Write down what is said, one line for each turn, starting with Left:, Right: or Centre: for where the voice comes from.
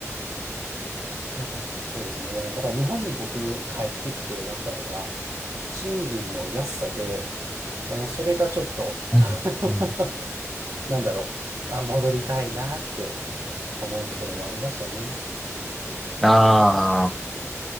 Right: なんか、そうですね。だから日本に僕帰ってきて思ったのが、賃金の安さで、あの、それがちょっと
Centre: うんうん
Right: <laughs> なんだろう、あ、戻りたいなって思うところもありましたね。
Centre: ああ、